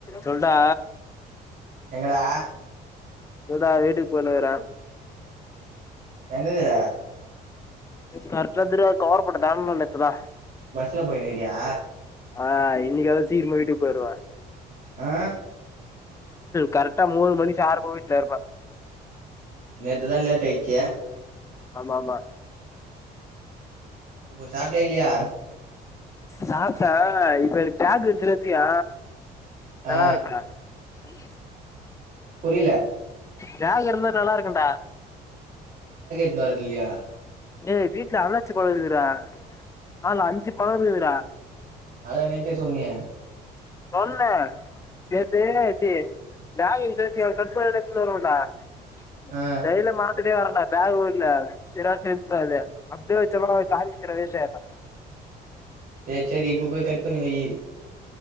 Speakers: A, on the left (about 15°); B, on the right (about 55°).
A: சொல்டா
B: எங்கடா
A: இருடா வீட்டுக்கு போயிண்ணு இக்ற
B: எங் இர்க்ர
A: கர்ட்டுத்ர கவர்பட்ட தான்ட்னோ இப்பதா
B: பஸ்ல போயினுு க்றியா
A: ஆ இன்னைக்குாவது சீக்கிறமா வீட்டுக் போயிடுவே
B: ஆ
A: கரக்டா மூணு மணி சார்ப்பா உ வீட்ல இருப்ப
B: நேத்துதா லேட்டா யிச்சி
A: ஆமா ஆமா
B: சாப்டியா இல்லயா
A: சாப்ட்ட இப்ப எனக்கு டேக்ன்ருந்தியே நல்லா
B: ஆ
A: இருக்க வி
B: புரியல
A: தியாகு இருந்தா நல்லா இருக்குன்டா
B: <unintelligible> இலியா
A: டே வீட்ல அரநாச்சி பழ இக்குத்டா ஆல அஞ்சு பழ இந்த்துடா
B: அதா நேத்தே சொன்னியே
A: சொன்னே நேத்து தியாகு ன்றது எ ஃப்ரண்ட்ஸ்ஸு கூட <unintelligible> வர மாட்ட
B: ஆ
A: ஜைல மாட் அப்டியே வரன்டா பேக்கு கூட இல்ல சரியான டென்ஷனாகுது அப்டியே வச்சேனா கா <unintelligible>
B: சேரி சேரி இப்போ போயி கட் பண்ணி வய்யி